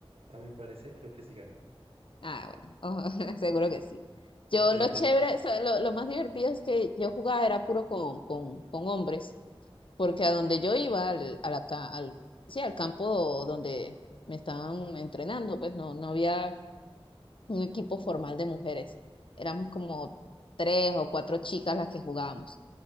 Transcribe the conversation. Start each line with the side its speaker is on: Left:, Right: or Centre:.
Right: a mi parecer creo que sí gané,
Left: Ah, bueno, ojo, <laughs> seguro que sí. Yo
Right: Te-
Left: lo
Right: te-
Left: chévere, o sea, lo, lo más divertido es que yo jugaba era puro con, con, con hombres, porque a donde yo iba, al, a la ca- al, sí, al campo donde me estaban entrenando, pues no, no había un equipo formal de mujeres. Éramos como tres o cuatro chicas las que jugábamos.